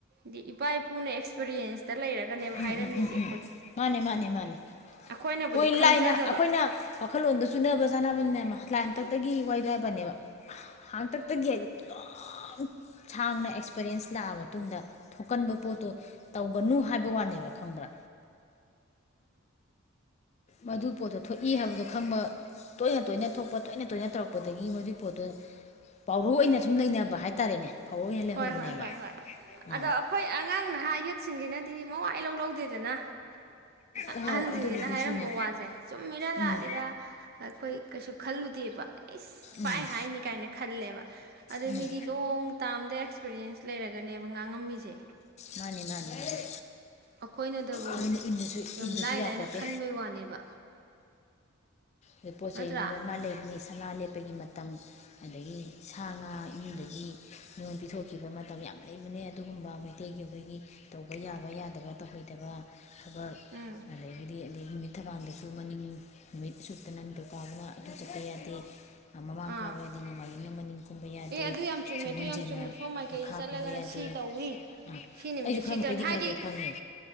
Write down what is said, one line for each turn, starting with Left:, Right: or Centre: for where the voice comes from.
Right: ꯗꯤ ꯏꯄꯥ ꯄꯨꯅ ꯑꯦꯛꯁꯄꯔꯤꯌꯦꯟꯁꯇ ꯂꯩꯔꯒꯅꯦꯕ
Left: ꯎꯝ
Right: ꯍꯥꯏꯔꯝꯃꯤꯖꯦ
Left: ꯎꯝ ꯎꯝ ꯃꯥꯅꯦ ꯃꯥꯅꯦ ꯃꯥꯅꯦ
Right: ꯑꯩꯈꯣꯏꯅꯕꯨꯗꯤ
Left: ꯃꯣꯏ
Right: ꯈꯪꯖꯗꯕ
Left: ꯂꯥꯏꯅ ꯑꯩꯈꯣꯏꯅ ꯋꯥꯈꯜꯂꯣꯟꯗ ꯆꯨꯅꯕ ꯆꯥꯅꯕꯅꯤꯅꯦ ꯑꯃ ꯂꯥꯏ ꯑꯝꯇ ꯇꯒꯤ ꯋꯥ꯭ꯏꯕ ꯋꯦꯕꯅꯦꯕ ꯍꯥꯡꯇꯛ ꯈꯛꯇꯒꯤ ꯍꯥꯏꯗꯤ ꯌꯥꯝ ꯁꯥꯡꯅ ꯑꯦꯛꯁꯄꯔꯤꯌꯦꯟꯁ ꯂꯥꯛꯑ ꯃꯇꯨꯡꯗ ꯊꯣꯛꯀꯟꯕ ꯄꯣꯠꯇꯣ ꯇꯧꯒꯅꯨ ꯍꯥꯏꯕ ꯋꯥꯅꯦꯕ ꯈꯪꯕ꯭ꯔꯥ ꯃꯗꯨ ꯄꯣꯠꯇꯣ ꯊꯣꯛꯏ ꯍꯥꯏꯕꯗꯣ ꯈꯪꯕ ꯇꯣꯏꯅ ꯇꯣꯏꯅ ꯊꯣꯛꯄ ꯇꯣꯏꯅ ꯇꯣꯏꯅ ꯇꯧꯔꯛꯄꯗꯒꯤ ꯃꯗꯨꯒꯤ ꯄꯣꯠꯇꯣ ꯄꯥꯎꯔꯨ ꯑꯣꯏꯅ ꯁꯨꯝ ꯂꯩꯅꯕ ꯍꯥꯏꯇꯥꯔꯦꯅꯦ ꯄꯥꯎꯔꯧ ꯑꯣꯏꯅ ꯂꯩꯍꯧꯕꯅꯦꯕ
Right: ꯍꯣꯏ ꯍꯣꯏ ꯍꯣꯏ ꯍꯣꯏ
Left: ꯑꯥ
Right: ꯑꯗꯣ ꯑꯩꯈꯣꯏ ꯑꯉꯥꯡ ꯅꯍꯥ ꯌꯨꯠꯁꯤꯡꯖꯤꯅ ꯗꯤ ꯃꯋꯥ ꯏ ꯂꯧ ꯂꯧꯗꯦꯗꯅ
Left: ꯍꯣꯏ
Right: ꯑꯍꯟꯁꯤꯡꯁꯤꯅ
Left: ꯑꯗꯨꯕꯨꯗꯤ
Right: ꯍꯥꯏꯔꯝꯕ
Left: ꯆꯨꯝꯃꯦ
Right: ꯋꯥꯖꯦ ꯆꯨꯝꯃꯤꯔꯥ ꯂꯥꯜꯂꯤꯔꯥ
Left: ꯎꯝ
Right: ꯑꯩꯈꯣꯏ ꯀꯩꯁꯨ ꯈꯜꯂꯨꯗꯦꯕ ꯏꯁ ꯄꯥꯏ
Left: ꯎꯝ
Right: ꯍꯥꯏꯅꯤ ꯀꯥꯏꯅ ꯈꯜꯂꯦꯕ ꯑꯗꯨꯗ
Left: ꯎꯝ
Right: ꯃꯤꯗꯤ ꯂꯣꯡ ꯇꯥꯝꯗ ꯑꯦꯛꯁꯄꯤꯔꯤꯌꯦꯟꯁ ꯂꯩꯔꯒꯅꯦꯕ ꯉꯥꯡꯉꯝꯃꯤꯁꯦ
Left: ꯃꯥꯅꯤ ꯃꯥꯅꯤ ꯃꯥꯅꯤ
Right: ꯑꯩꯈꯣꯏꯅꯗꯕꯨ
Left: ꯑꯗꯨꯅ ꯏꯟꯗꯁꯨ
Right: ꯌꯥꯝ
Left: ꯏꯟꯗꯁꯨ
Right: ꯂꯥꯏ
Left: ꯌꯥꯄꯣꯠꯇꯦ
Right: ꯂꯥꯏꯅ ꯈꯟꯕꯩ ꯋꯥꯅꯦꯕ
Left: ꯑꯣꯏ ꯄꯣꯠ
Right: ꯅꯠꯇ꯭ꯔꯥ
Left: ꯆꯩꯗꯨꯅ ꯃꯥ ꯂꯩꯕꯅꯤ ꯁꯅꯥ ꯂꯦꯞꯄꯒꯤ ꯃꯇꯝ ꯃꯇꯝ ꯁꯥ ꯉꯥ ꯏꯃꯨꯡꯗꯒꯤ ꯃꯤꯉꯣꯟꯜ ꯄꯤꯊꯣꯛꯈꯤꯕ ꯃꯇꯝ ꯌꯥꯝ ꯂꯩꯕꯅꯦ ꯑꯗꯨꯒꯨꯝꯕ ꯃꯩ ꯃꯩꯇꯩꯒꯤ ꯑꯩꯈꯣꯏꯒꯤ ꯇꯧꯕ ꯌꯥꯕ ꯌꯥꯗꯕ ꯇꯧꯍꯩꯗꯕ ꯊꯕꯛ
Right: ꯎꯝ
Left: ꯑꯗꯒꯤꯗꯤ ꯑꯗꯒꯤ ꯊꯕꯥꯜꯗꯁꯨ ꯃꯅꯤꯡ ꯅꯨꯃꯤꯠ ꯑꯁꯨꯛꯇꯅ ꯅꯤꯡꯊꯧ ꯀꯥꯕꯅ ꯑꯗꯨ ꯆꯠꯄ ꯌꯥꯗꯦ ꯃꯃꯥꯡ
Right: ꯑꯥ
Left: ꯀꯥꯕ ꯌꯥꯗꯦꯅ ꯅꯣꯡꯃꯥꯢꯖꯤꯡꯅ ꯃꯅꯤꯡ ꯀꯨꯝꯕ ꯌꯥꯗꯦ
Right: ꯑꯦ ꯑꯗꯨ ꯌꯥꯝ ꯆꯨꯝꯃꯦ
Left: ꯁꯒꯣꯜꯁꯦꯟꯅ
Right: ꯑꯗꯨ ꯌꯥꯝ ꯆꯨꯝꯃꯦ ꯁꯣꯝ ꯃꯥꯏꯀꯩꯗ
Left: ꯃꯈꯥ
Right: ꯆꯠꯂꯒꯅ
Left: ꯀꯨꯝꯕ ꯌꯥꯗꯦ
Right: ꯁꯤ ꯇꯧꯋꯤ
Left: ꯑꯥ
Right: ꯁꯤ ꯅꯨꯃꯤꯠꯇ
Left: ꯑꯩꯁꯨ
Right: ꯁꯤ
Left: ꯈꯔ ꯃꯈꯩꯗꯤ
Right: ꯇꯧꯅꯤ ꯍꯥꯏꯗꯤ
Left: ꯈꯔ ꯈꯔ ꯈꯪꯉꯦ